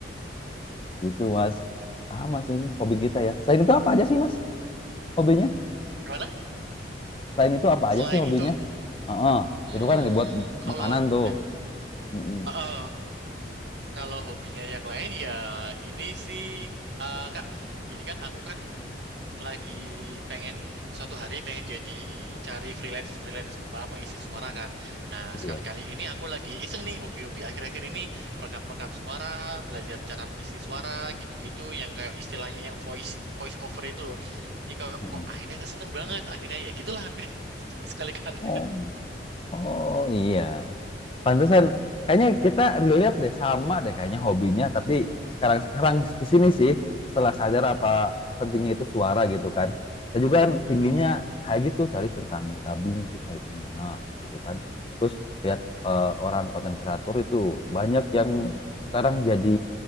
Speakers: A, on the left; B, on the right.
A: gitu mas sama sih hobi kita ya selain itu apa aja sih mas hobinya
B: gimana
A: selain itu apa
B: selain
A: aja sih hobinya
B: itu
A: Heeh.
B: hmm
A: itu kan yang dibuat
B: kalau
A: makanan tuh
B: udah
A: Mm-mm.
B: Ah, ah. kalau hobinya yang lain ya ini sih uh, kak ini kan aku kan lagi pengen suatu hari pengen jadi cari freelance freelance apa, pengisi suara kan. Nah, sekali-kali
A: iya
B: ini aku lagi iseng nih hobi-hobi akhir-akhir ini rekam-rekam suara, belajar cara mengisi suara gitu-gitu yang kayak istilahnya yang voice voice over itu loh. Jadi kok,
A: Heeh.
B: kok akhirnya kan seneng banget. Akhirnya ya gitulah <laughs> sekali-kali.
A: Oh, oh iya. Pantesan kayaknya kita relate deh sama deh kayaknya hobinya tapi sekarang-sekarang ke sini sih setelah sadar apa pentingnya itu suara gitu kan. Saya juga kan tingginya kayak gitu cari tentang dubbing tuh kayak gimana gitu kan. Terus lihat eh, orang konten kreator itu banyak yang sekarang jadi